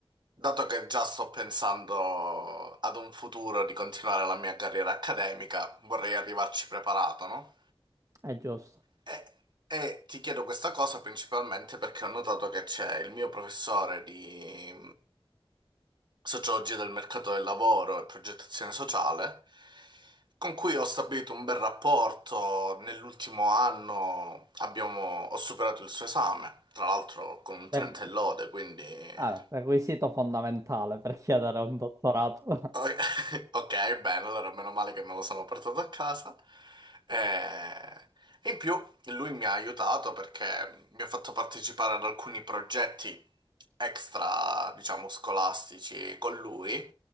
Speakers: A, on the right; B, on the right.
A: dato che già sto pensando ad un futuro di continuare la mia carriera accademica, vorrei arrivarci preparato, no?
B: è giusto.
A: E, e ti chiedo questa cosa principalmente perché ho notato che c'è il mio professore di sociologia del mercato del lavoro e progettazione sociale, con cui ho stabilito un bel rapporto. Nell'ultimo anno abbiamo- ho superato il suo esame, tra l'altro con un 30
B: Re-
A: e lode, quindi... eh,
B: ah, requisito fondamentale per chiedere un dottorato.
A: o-
B: <laughs>
A: <laughs> Ok, bene, allora meno male che me lo sono portato a casa. Eh, E in più lui mi ha aiutato perché mi ha fatto partecipare ad alcuni progetti extra, diciamo, scolastici con lui,